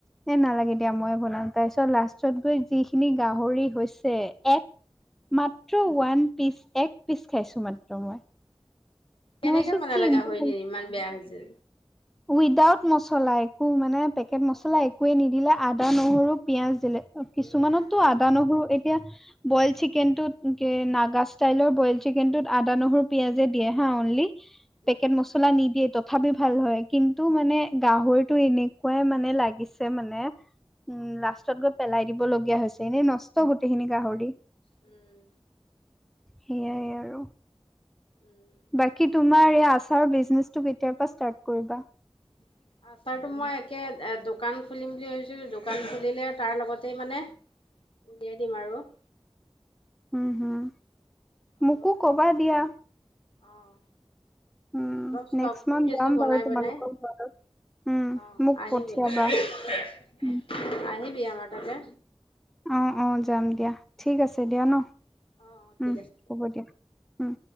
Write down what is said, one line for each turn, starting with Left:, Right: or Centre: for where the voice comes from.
Centre: 'এ নালাগে দিয়া, মইয়ে বনাও', তাৰপিছত লাষ্ট- ছত গৈ যিখিনি গাহৰি হৈছে, এক মাত্ৰ ওৱান পিচ, এক- পিছ খাইছোঁ মাত্ৰ মই।
Left: কেনেকে
Centre: মই ভাবিছো
Left: বনালে
Centre: কি
Left: গাহৰিখিনি?
Centre: মই
Left: ইমান বেয়া হৈছে।
Centre: উইদাউট মছলা। একো মানে পেকেট
Left: অ'।
Centre: মছলা একোৱেই নিদিলে। আদা, নহৰু, পিয়াজ দিলে। অ', কিছুমানতো
Left: এই ৰাম
Centre: আদা নহৰু, এতিয়া - বইল চিকেনটোত, কি নাগা ষ্টাইলৰ বইল চিকেনটোত আদা, নহৰু পিয়াঁজে দিয়ে হা অনলি। পেকেট
Left: উম,
Centre: মছলা নিদিয়ে, তথাপি ভাল হয়। কিন্তু মানে গাহৰিটো এনেকুৱাই মানে লা- গিছে মানে উম, লাষ্টত গৈ পেলাই দিব লগীয়া হৈছে। এনেই নষ্ট গোটেইখিনি গাহৰি।
Left: উম।
Centre: সেয়াই আৰু।
Left: উম।
Centre: বাকী তুমাৰ এই আচাৰ বিজনেচটো কেতিয়াৰ পৰা ষ্টাৰ্ট কৰিবা?
Left: <unintelligible> আচাৰটো মই একে এ' দোকান খুলিম বুলি ভাবিছিলোঁ। দোকান খুলিলে তাৰ লগতেই মানে - উলিয়াই দিম আৰু।
Centre: উম, হম।
Left: অলপ।
Centre: মোকো কবা দিয়া
Left: অহ।
Centre: উম,
Left: অলপ ষ্টক
Centre: নেক্সট
Left: কৰি
Centre: মান্থ
Left: থৈছো,
Centre: যাম
Left: বনাই
Centre: বাৰু তোমালোকৰ
Left: বনাই।
Centre: ঘৰত। উম,
Left: অ,
Centre: মোক
Left: আহিবি
Centre: পঠিয়াবা।
Left: <inaudible>
Centre: উম,
Left: আহিবি আমাৰ তালে।
Centre: অ, অ, যাম দিয়া, ঠিক আছে
Left: অ',
Centre: দিয়া ন,
Left: অ', ঠিক
Centre: উম,
Left: আছে।
Centre: হ'ব দিয়া। উম,